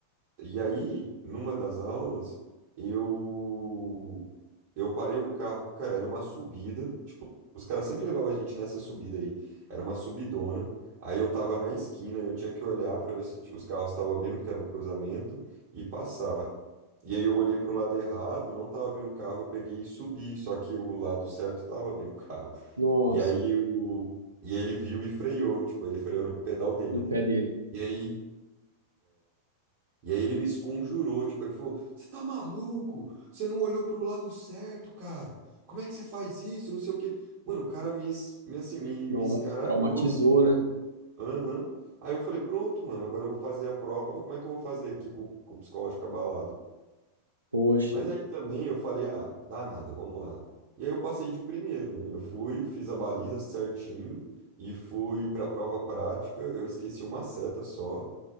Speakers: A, on the right (about 40°); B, on the right (about 80°).
A: E aí, numa das aulas, eu eu parei o carro. Cara, era uma subida. Tipo, os caras sempre levavam a gente nessa subida aí. Era uma subidona. Aí eu tava na esquina, eu tinha que olhar para ver se t- os carros estavam vindo, porque era um cruzamento, e passar. E aí eu olhei pro lado errado, não tava vindo o carro, eu peguei e subi, só que o lado certo tava vindo o carro.
B: nossa,
A: E aí o e ele viu e freou, tipo, ele freou no pedal dele,
B: no
A: né?
B: pé dele.
A: E aí e aí ele me esconjurou, tipo, ele falou: Você tá maluco? Você não olhou pro lado certo, cara. Como é que você faz isso? Não sei o quê. Mano, o cara me, es- me, assim, me,
B: Nossa,
A: me escaralhou,
B: traumatizou,
A: assim, cara.
B: né?
A: Aham. Aí eu falei: Pronto, mano, agora eu vou fazer a prova. Como é que eu vou fazer aqui com, com o psicológico abalado?
B: Poxa,
A: Mas aí também eu falei: Ah, dá nada, vamos lá. E aí eu passei de primeiro, mano. Eu fui, fiz a baliza certinho e fui pra prova prática. Eu esqueci uma seta só.